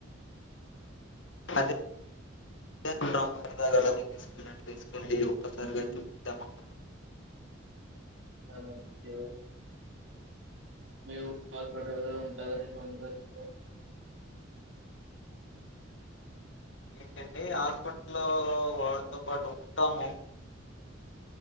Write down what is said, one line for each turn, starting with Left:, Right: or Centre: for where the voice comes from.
Left: అదే అంటం మరి అలగడం తీసుకెల్లినట్టు తీసుకెళ్లి ఒక్కారిగా
Right: ఉమ్,
Left: చూపిద్దామన్
Right: ఆ మంచి జో మీ వూర్ హాస్పిటల్ లో ఉంటది అని మందు దొరికితే
Left: ఏంటండి హాస్పిటల్ వాడితో పాటు ఉంటాము